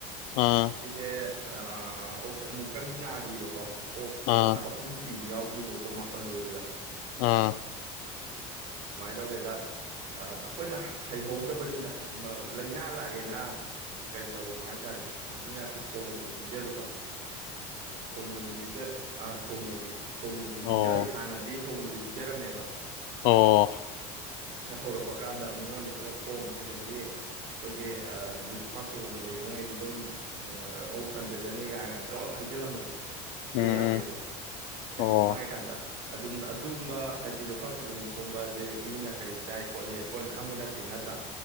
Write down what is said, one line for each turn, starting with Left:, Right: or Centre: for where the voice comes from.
Left: ꯑꯥ
Right: ꯁꯤꯁꯦ ꯑꯥ ꯑꯃꯨꯛꯇꯪꯗꯤ ꯅꯥꯈꯤꯕꯀꯣ ꯑꯣꯛ ꯄꯨꯂꯞꯅ
Left: ꯑꯥ
Right: ꯑꯍꯨꯝ ꯁꯤ ꯌꯥꯎꯈꯤꯕ ꯀꯣ ꯃꯥꯄꯥꯜ ꯂꯣꯏꯕꯗ
Left: ꯑꯥ
Right: ꯀꯃꯥꯏꯅ ꯇꯧꯒꯦꯗ ꯑꯩꯈꯣꯏꯅ ꯍꯩꯍꯧꯗꯕꯅꯤꯗ ꯂꯥꯏꯅꯥ ꯂꯥꯛꯑꯦꯅ ꯀꯩ ꯇꯧꯔꯨꯕ ꯍꯥꯏ ꯇꯔꯦ ꯃꯆꯤꯟꯖꯥꯛꯁꯦ ꯊꯣꯡꯗꯕꯤ ꯄꯤꯖꯔꯨꯕ ꯊꯣꯡꯗꯕꯤ ꯄꯤꯖ ꯑꯥ ꯊꯣꯡꯗꯕꯤ ꯊꯣꯡꯗꯕꯤ ꯄꯤꯖꯥꯏ
Left: ꯑꯣ
Right: ꯍꯥꯟꯅꯗꯤ ꯊꯣꯡꯗꯕꯤ ꯄꯤꯖꯔꯝꯃꯦꯕ
Left: ꯑꯣ
Right: ꯍꯧꯔꯛꯄ ꯀꯥꯟꯗ ꯃꯤꯉꯣꯟꯗꯒꯤ ꯈꯔ ꯈꯣꯝ ꯑꯗꯒꯤ ꯑꯩꯈꯣꯏꯒꯤ ꯖꯨꯐꯒꯨꯝ ꯂꯩꯕꯉꯩꯗ ꯑꯗꯨꯝ ꯃꯍꯕꯨꯛ ꯊꯟꯖꯖꯅꯤ ꯀꯥꯏꯅ ꯆꯥꯎ ꯍꯥꯏꯖꯤꯜꯂꯝꯕꯗꯣ
Left: ꯎꯝ
Right: ꯑꯗꯨ ꯌꯥꯗꯦꯕ
Left: ꯎꯝ
Right: ꯀꯩꯒꯤꯅꯣ
Left: ꯑꯣ
Right: ꯍꯥꯏꯀꯥꯟꯗ ꯑꯗꯨꯝ ꯑꯗꯨꯒꯨꯝꯕ ꯍꯥꯏꯗꯤ ꯂꯨꯈꯥꯛ ꯆꯒꯨꯝ ꯈꯣꯝꯕꯁꯦ ꯃꯤꯅ ꯀꯩ ꯆꯥꯏ ꯈꯣꯠꯂꯤ ꯑꯩꯈꯣꯏꯅ ꯈꯪꯕ ꯅꯠꯇꯦ ꯅꯠꯇ꯭ꯔꯥ